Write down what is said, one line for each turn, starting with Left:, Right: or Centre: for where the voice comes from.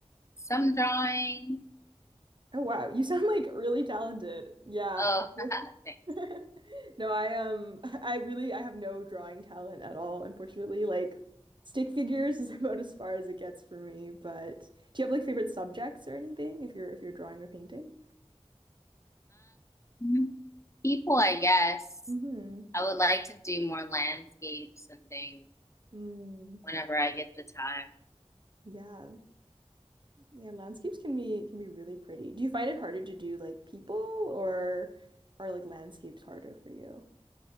Left: some drawing.
Right: Oh wow, you sound like really talented. Yeah.
Left: Oh, <laughs> thanks.
Right: <laughs> No, I um <laughs> I really I have no drawing talent at all, unfortunately. Like stick figures is <laughs> about as far as it gets for me, but do you have like favorite subjects or anything if you're if you're drawing or painting?
Left: um, people, I guess.
Right: Mm-hmm.
Left: I would like to do more landscapes and things
Right: Mm,
Left: whenever I get the time.
Right: yeah. Yeah, landscapes can be can be really pretty. Do you find it harder to do like people or are like landscapes harder for you?